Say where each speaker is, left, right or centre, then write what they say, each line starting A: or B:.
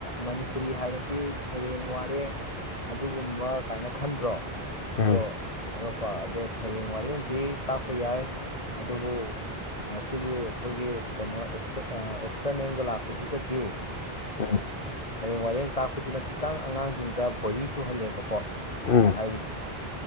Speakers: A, on the left; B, on the left.
A: ꯃꯅꯤꯄꯨꯔꯤ ꯍꯥꯏꯔꯗꯤ ꯁꯩꯔꯦꯡ ꯋꯥꯔꯦꯡ ꯑꯗꯨꯒꯨꯝꯕ ꯀꯥꯏꯅ ꯈꯟꯗ꯭ꯔꯣ
B: ꯎꯝ
A: ꯑꯗꯣ ꯑꯇꯣꯞꯄ ꯑꯗꯣ ꯁꯩꯔꯦꯡ ꯋꯥꯔꯦꯡꯗꯤ ꯇꯥꯛꯄ ꯌꯥꯏ ꯑꯗꯨꯕꯨ ꯉꯁꯤꯒꯤ ꯑꯩꯈꯣꯏꯒꯤ ꯀꯩꯅꯣ ꯑꯦꯛꯁꯇꯔꯅꯜꯒ ꯂꯥꯛꯄꯁꯤꯗꯗꯤ
B: ꯍ <unintelligible>
A: ꯁꯩꯔꯦꯡ ꯋꯥꯔꯦꯡ ꯇꯥꯛꯄꯁꯤꯅ ꯈꯤꯇꯪ ꯑꯉꯥꯡꯁꯤꯡꯗ ꯕꯣꯔꯤꯡ ꯆꯨꯍꯜꯂꯦꯕꯀꯣ
B: ꯎꯝ
A: ꯍꯥꯏꯕꯗꯤ